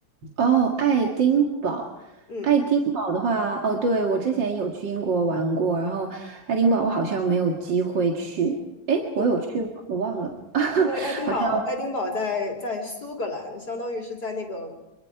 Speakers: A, on the right; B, on the left.
A: 哦，爱丁堡，
B: 嗯，
A: 爱丁堡的话，哦，对，我之前有去英国玩过，然后爱丁堡我好像没有机会去，诶，我有去吗？
B: 就
A: 我忘了，
B: 因为爱丁堡，
A: <laughs> 好像，
B: 爱丁堡在在苏格兰，相当于是在那个，